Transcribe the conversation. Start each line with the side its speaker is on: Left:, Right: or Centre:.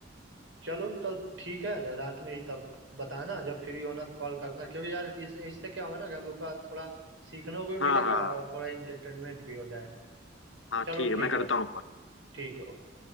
Right: चलो तब ठीक है तो रात में ही तब बताना जब फ्री होना तो कॉल करना क्योंकि यार इस इससे क्या होगा ना कि हम लोग का थोड़ा सीखने को भी मिलेगा
Left: हाँ हाँ हाँ
Right: और थोड़ा इंटरटेनमेंट भी हो जाएगा
Left: हाँ
Right: चलो
Left: ठीक है
Right: ठीक
Left: मैं करता
Right: है
Left: हूँ call।
Right: ठीक है ओके